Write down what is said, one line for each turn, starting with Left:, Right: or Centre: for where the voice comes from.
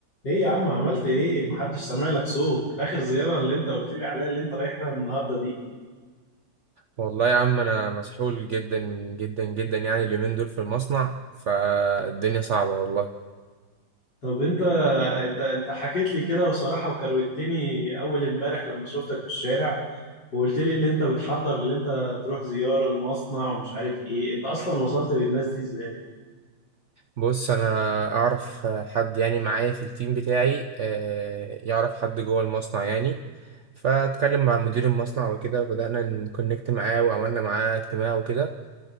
Left: ايه يا عم عملت ايه محدش سامع لك صوت اخر زيارة اللي انت قلت لي عليها اللي انت رايحها النهاردة دي
Right: والله يا عم انا مسحول جدا جدا جدا يعني اليومين دول في المصنع فالدنيا صعبة والله
Left: طب انت انت انت حكيت لي كده وصراحة وكروتني اول امبارح لما شفتك في الشارع وقلت لي اللي انت بتحضر اللي انت تروح زيارة المصنع ومش عارف ايه انت اصلا وصلت للناس دي ازاي
Right: بص انا اعرف حد يعني معايا في التيم بتاعي آه، يعرف حد جوه المصنع يعني فاتكلم مع مدير المصنع وكده وبدأنا نكونكت معاه وعملنا معاه اجتماع وكده